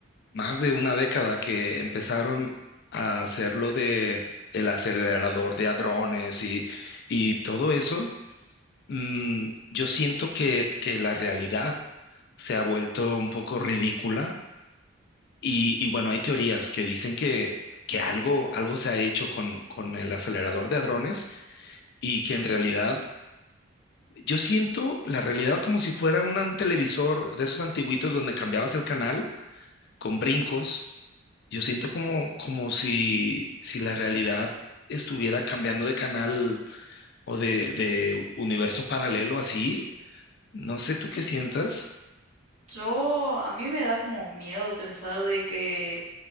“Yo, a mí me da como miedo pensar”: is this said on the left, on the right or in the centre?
Right